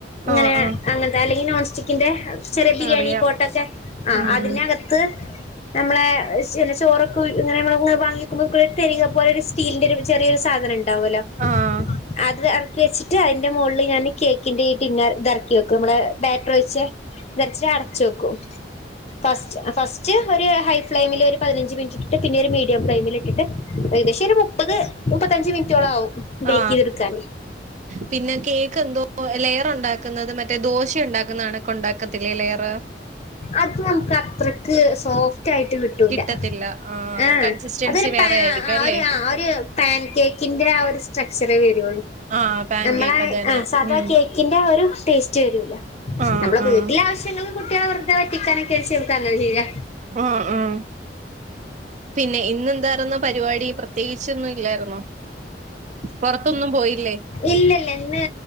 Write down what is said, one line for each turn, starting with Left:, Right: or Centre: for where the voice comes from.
Left: ഇങ്ങനെ
Right: ആഹ് ആഹ്
Left: അങ്ങനത്തെ അല്ലെങ്കി നോൺസ്റ്റിക് ന്റെ ചെറിയ ബിരിയാണി
Right: അറിയാം
Left: പോട്ടൊക്കെ ആ
Right: ഉം
Left: അതിനകത്ത് നമ്മളെ ചോ ചോറൊക്കെങ്ങന വാങ്ങി വെക്കുമ്പോ തിരിക പോലോരു സ്റ്റീലിന്റെ ഒരു ചെറിയ ഒരു സാധനം ഉണ്ടാവുല്ലോ
Right: ആഹ്
Left: അത് ഇറക്കി വെച്ചിട്ട് അതിന്റെ മുകളിൽ ഞാൻ കേക്കിന്റെ ഈ ടിന്നർ ഇത് ഇറക്കി വെക്കും നമ്മളെ ബാറ്ററ് ഒഴിച്ച വെച്ചിട്ട് അടച്ച് വെക്കും ഫസ്റ്റ് ഫസ്റ്റ് ട്ട് ഒരു ഹൈ ഫ്ലെയിമിൽ ഒരു പതിനഞ്ച് മിനിറ്റ് ഇട്ടിട്ട് പിന്നെ ഒരു മീഡിയം ഫ്ലെയിമിലിട്ടിട്ട് ഏകദേശം ഒരു മു മുപ്പത് മുപ്പത്തഞ്ച് മിനിറ്റോളം ആവും ബേക്ക്
Right: ആ
Left: ചെയ്തെടുക്കാന്
Right: പിന്നെ കേക്ക് എന്തോ ഓ ലെയർ ഉണ്ടാക്കുന്നത് മറ്റേ ദോശ ഉണ്ടാക്കുന്ന കണക്ക് ഉണ്ടാക്കത്തില്ലേ ലെയറ്
Left: അത് നമുക്ക് അത്രക്ക് സോഫ്റ്റ് ആയിട്ട് കിട്ടൂല
Right: കിട്ടത്തില്ല ആഹ്
Left: ആ
Right: കൺസിസ്റ്റൻസി
Left: അതൊരു
Right: വേറെ
Left: പ
Right: ആയിരിക്കും
Left: ആ
Right: അല്ലേ
Left: ഒരു ഒരു പാൻ കേക്കിന്റെ ആ ഒരു സ്ട്രക്ച്ചറെ വരുള്ളൂ
Right: ആഹ് പാൻ
Left: നമ്മള
Right: കേക്ക് അത് തന്നെ
Left: ആ സാധകേ
Right: ഉം
Left: ക്കിന്റെ ഒരു ടേസ്റ്റ് വരുല്ല
Right: ആഹ്
Left: നമ്മള
Right: ആഹ്
Left: വീട്ടിലെ ആവശ്യങ്ങള് കുട്ടികള ളെ പറ്റിക്കാൻ ഒക്കെ ഒരു ചെറുതാ ഞാൻ ചെയ്യാ
Right: ആഹ് ആഹ് പിന്നെ ഇന്ന് എന്താരുന്നു പരിപാടി പ്രത്യേകിച്ചൊ ല്ലാരുന്നോ പുറത്തൊന്നും പോയില്ലേ
Left: ഇല്ല ഇല്ല ഇന്ന്